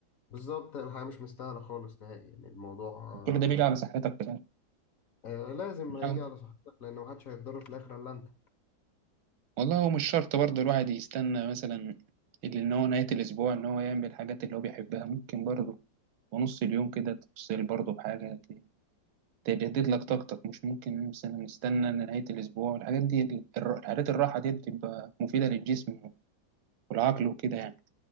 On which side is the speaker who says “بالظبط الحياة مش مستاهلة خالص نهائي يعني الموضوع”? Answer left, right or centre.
Left